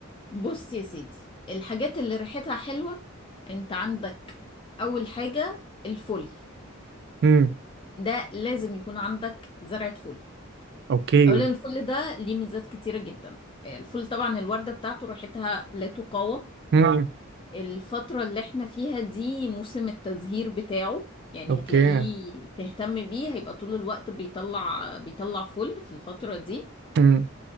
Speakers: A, on the left; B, on the right.
A: بص يا سيدي الحاجات اللي ريحتها حلوة انت عندك اول حاجة الفل
B: امم
A: ده لازم يكون عندك زرعة فل
B: اوكي
A: اولا الفل ده ليه ميزات كتيرة جدا الفل طبعا الوردة بتاعته ريحتها لا تقاوم
B: امم
A: الفترة اللي احنا فيها دي موسم التزهير بتاعه يعني
B: اوكي
A: هتلاقيه تهتم بيه هيبقى طول الوقت بيطلع بيطلع فل في الفترة دي
B: امم